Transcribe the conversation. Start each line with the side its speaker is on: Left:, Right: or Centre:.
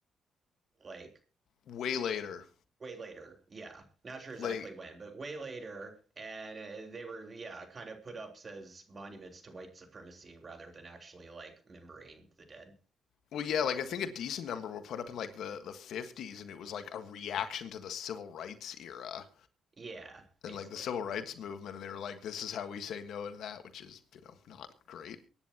Right: like
Left: way later
Right: way later. Yeah. Not sure exactly
Left: like
Right: when, but way later and uh, they were yeah, kind of put up as monuments to white supremacy rather than actually like remembering the dead.
Left: well yeah like i think a decent number were put up in like the the 50s and it was like a reaction to the civil rights era
Right: Yeah, basically.
Left: and like the civil rights movement and they were like this is how we say no to that which is you know not great